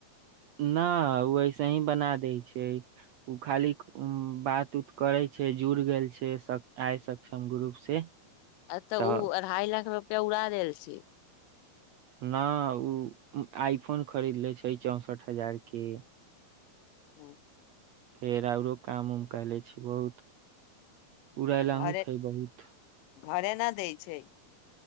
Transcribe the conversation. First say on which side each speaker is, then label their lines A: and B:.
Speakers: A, on the right (about 85°); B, on the left (about 85°).
A: न ओ ऐसे ही बना दै छै उ खाली उ बात उत करे छै जुड़ गेल छै आइ सक्षम ग्रुप से <inaudible>
B: अ त
A: तऽ
B: ओ अढ़ाई लाख रुपआ उड़ा देल छी
A: न ओ आई फोन खरीदले छै चौंसठ हजार के
B: ह <inaudible>
A: फेर औरो काम उम क ले छी बहुत उड़लहु
B: घरे
A: छै बहुत
B: घरे न दै छै